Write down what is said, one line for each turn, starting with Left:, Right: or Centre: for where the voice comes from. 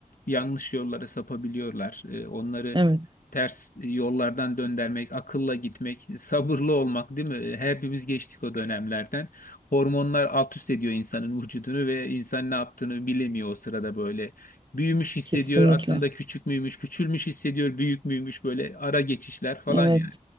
Left: yanlış yollara sapabiliyorlar. E, Onları
Right: evet
Left: ters yollardan döndürmek, akılla gitmek, sabırlı olmak değil mi? E, Hepimiz geçtik o dönemlerden. Hormonlar alt üst ediyor insanın vücudunu ve insan ne yaptığını bilemiyor o sırada böyle. Büyümüş hissediyor,
Right: kesinlikle
Left: aslında küçük müymüş, küçülmüş hissediyor, büyük müymüş böyle ara geçişler falan
Right: evet
Left: yani.